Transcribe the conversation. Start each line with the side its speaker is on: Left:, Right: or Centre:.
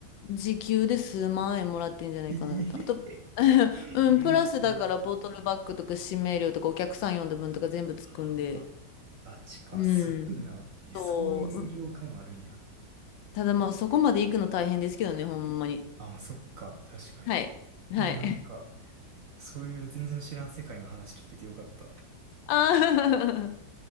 Left: 時給で数万円もらってんじゃないかなと。
Right: ええ <laughs>
Left: あと <laughs> うん、
Right: えーすごい。
Left: プラスだからボトルバッグとか指名料とかお客さん呼んだ分とか全部つくんで。
Right: ああ、ガチか、
Left: うん。
Right: すごいな。え、
Left: そう
Right: そういう業界もあるんや。
Left: ただまあそこまで行くの大変ですけどね、ほんまに。
Right: あ、まあそっか、確かに。
Left: はい。はい。
Right: え、なんか、そういう全然知らん世界の話聞けてよかった。
Left: <laughs> ああ